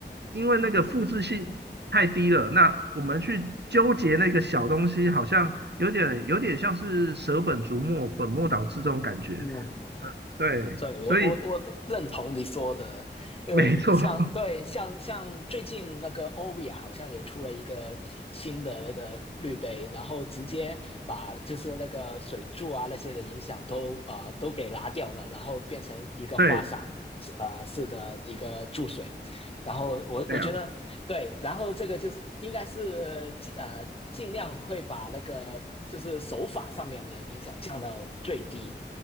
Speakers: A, on the right; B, on the left.
A: 因为那个复制性太低了，那我们去纠结那个小东西，好像有点有点像是舍本逐末、本末倒置这种感觉。
B: 嗯。
A: 对，
B: 对，我我我认同你说的，
A: 所以
B: 呃，
A: 没错，
B: 像对像像最近那个欧比亚好像也出了一个新的那个滤杯，
A: <laughs>
B: 然后直接把就是那个水柱啊那些的影响都呃都给拿掉了，然后变成一个花洒是呃式的一个注水，
A: 对
B: 然后我我觉得对，
A: 对啊，
B: 然后这个就是应该是尽呃尽量会把那个就是手法上面的影响降到最低。